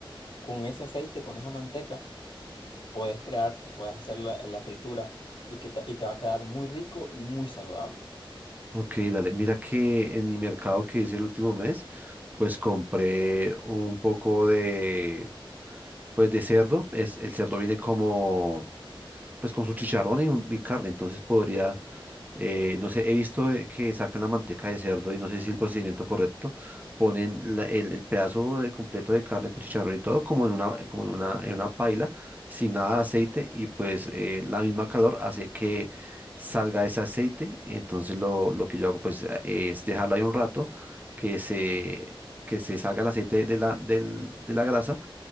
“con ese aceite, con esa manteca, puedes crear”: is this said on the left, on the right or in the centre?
Left